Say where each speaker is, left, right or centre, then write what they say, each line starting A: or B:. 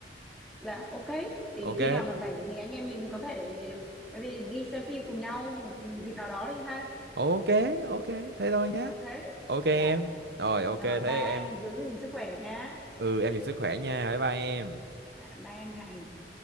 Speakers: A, in the centre; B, on the right.
A: Dạ ok thì
B: ok
A: khi nào mà rảnh thì anh em mình có thể bởi vì đi xem phim cùng nhau một dịp nào đó đi ha
B: ok ok thế thôi
A: Ừ,
B: nhé
A: ok
B: ok em
A: dạ
B: rồi ok
A: rồi
B: thế
A: ba anh
B: em
A: giữ gìn sức khỏe nhá
B: ừ em giữ sức khỏe nha bye bye em
A: dạ, ba anh Thành